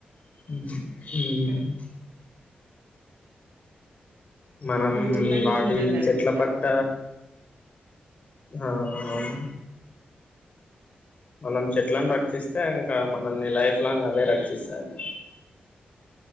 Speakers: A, on the left; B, on the right.
A: మ్
B: కరెక్ట్
A: మనం
B: మన జీవితానికి
A: వాటి
B: మూలాధారం
A: చెట్ల
B: అంట
A: పట్ట ఆ అవును మనం చెట్లను రక్షిస్తే ఇంకా మనల్ని లైఫ్ లాంగ్ అవే రక్షిస్తాయిన్నమా